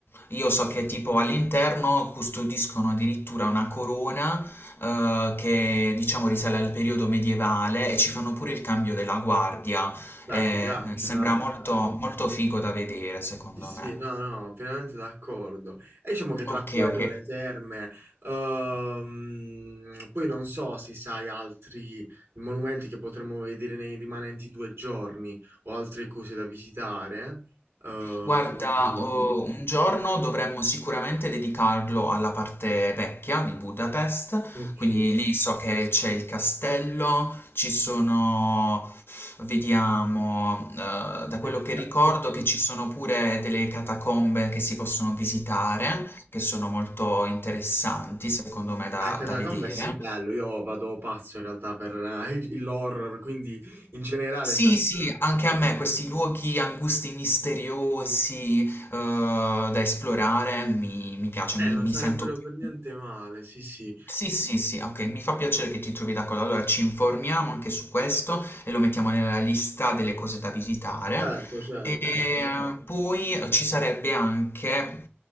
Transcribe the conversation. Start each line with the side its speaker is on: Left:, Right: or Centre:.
Left: sì.
Right: Sì,
Left: io
Right: sì.
Left: so che tipo all'interno custodiscono addirittura una corona eh, che diciamo risale al periodo medievale e ci fanno pure il cambio della guardia.
Right: Beh,
Left: Eh,
Right: figata,
Left: sembra
Right: dai.
Left: molto, molto figo da vedere, secondo
Right: Sì, sì,
Left: me.
Right: no, no, pienamente d'accordo. E diciamo che tra
Left: Ok,
Right: quello,
Left: ok.
Right: le terme, ehm, poi non so se sai altri monumenti che potremmo vedere nei rimanenti due giorni o altre cose da visitare. eh,
Left: Guarda,
Right: le idee?
Left: oh, un giorno dovremmo sicuramente dedicarlo alla parte vecchia di Budapest,
Right: Ok.
Left: quindi lì so che c'è il castello, ci sono, vediamo, eh, da
Right: Beh,
Left: quello che
Right: beh.
Left: ricordo che ci sono pure delle catacombe che si possono visitare, che sono molto interessanti secondo me da
Right: Anche Catacombe
Left: da vedere.
Right: è sì bello, io vado pazzo in realtà per eh, il- l'horror, quindi in generale
Left: Sì,
Right: sarebbero
Left: sì,
Right: una cosa
Left: anche
Right: che-
Left: a me questi luoghi angusti, misteriosi, uhm, da esplorare mi mi piacciono,
Right: Eh,
Left: mi
Right: non
Left: mi
Right: sarebbero
Left: sento più
Right: per niente male, sì sì.
Left: sì, sì, sì, ok, mi fa piacere che ti trovi d'accordo. Allora ci informiamo anche su questo e lo mettiamo nella lista delle cose da visitare.
Right: Certo, certo,
Left: E eh,
Right: sì.
Left: poi eh, ci sarebbe anche,